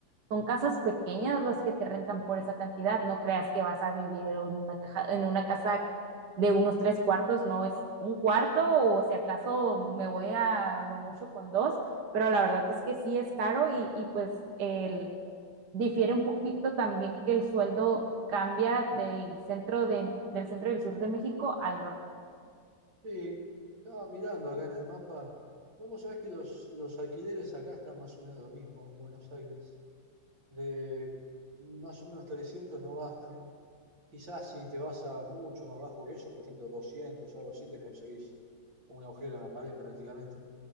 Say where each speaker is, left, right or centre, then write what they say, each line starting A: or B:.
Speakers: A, on the right; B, on the right.
A: son casas pequeñas las que te rentan por esa cantidad. No creas que vas a vivir en una, caja, en una casa de unos tres cuartos, no es un cuarto o si acaso me voy a lo mucho con dos pero la verdad es que sí es caro y, y pues el, difiere un poquito también que el sueldo cambia del centro, de, del centro y del sur de México al norte.
B: Sí, estaba mirando acá en el mapa. Vamos a ver que los, los alquileres acá están más o menos lo mismo en Buenos Aires. De más o menos 300 no bajan. Quizás si te vas a mucho más bajo que eso, por ejemplo 200 algo así, te conseguís un agujero en la pared prácticamente.